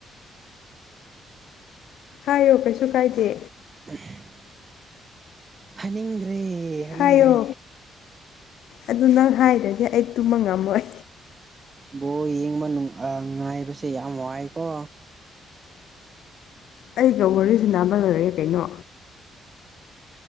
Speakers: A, on the left; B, on the right.
A: ꯍꯥꯏꯌꯣ ꯀꯩꯁꯨ ꯀꯥꯏꯗꯦ꯫
B: <unintelligible> ꯍꯥꯏꯅꯤꯡꯗ꯭ꯔꯦ ꯍꯥꯏꯅꯤꯡꯗ꯭ꯔꯦ꯫
A: ꯍꯥꯏꯌꯣ ꯑꯗꯨ ꯅꯪ ꯍꯥꯏꯗ꯭ꯔꯗꯤ ꯑꯩ ꯇꯨꯝꯕ ꯉꯝꯃꯣꯏ꯫
B: ꯕꯣ ꯌꯦꯡꯕ ꯅꯨꯡ ꯑꯥ ꯉꯥꯏꯕꯁꯦ ꯌꯥꯝ ꯋꯥꯏꯀꯣ
A: ꯑꯩꯒ ꯋꯥꯔꯤ ꯁꯥꯟꯅꯕ ꯂꯣꯏꯔꯦ ꯀꯩꯅꯣ꯫